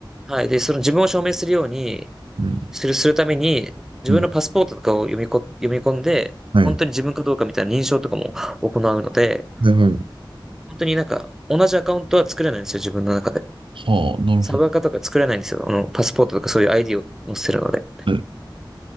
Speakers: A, in the centre; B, on the right (about 80°).
A: はい。で、その自分を証明するように、
B: うん。
A: する、するために、自分のパスポートとかを読みこ、
B: うん。
A: 読み込んで、
B: はい。
A: 本当に自分かどうかみたいな認証とかも行うので、
B: はいはい。
A: 本当になんか、同じアカウントは作れないんですよ、自分の中で。
B: はあ、なるほど。
A: サブアカとか作れないんですよ。あの、パスポートとかそういう ID を載せるので。
B: はい。